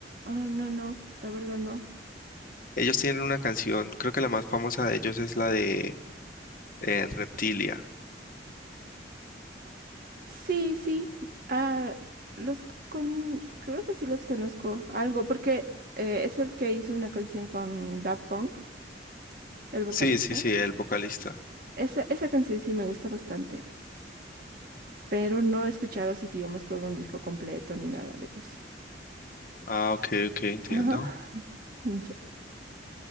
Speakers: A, on the right; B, on the left.
A: Oh, no, no. La verdad, no.
B: Ellos tienen una canción, creo que la más famosa de ellos es la de eh, Reptilia.
A: Sí, sí, ah, los con... creo que sí los conozco algo, porque eh, es el que hizo una canción con Daft Funk, el vocalista.
B: Sí, sí, sí, el vocalista.
A: Esa, esa canción sí me gusta bastante, pero no he escuchado así, digamos, todo un disco completo ni nada de ellos.
B: Ah, ok, ok, entiendo.
A: Ajá, <laughs> ya.